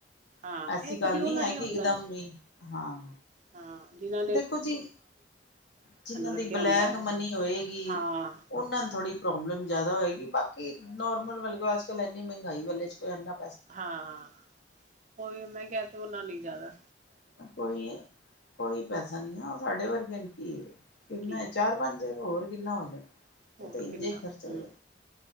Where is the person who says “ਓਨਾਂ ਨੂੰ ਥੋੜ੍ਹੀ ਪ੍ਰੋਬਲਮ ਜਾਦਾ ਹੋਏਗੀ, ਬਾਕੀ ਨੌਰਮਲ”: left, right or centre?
Left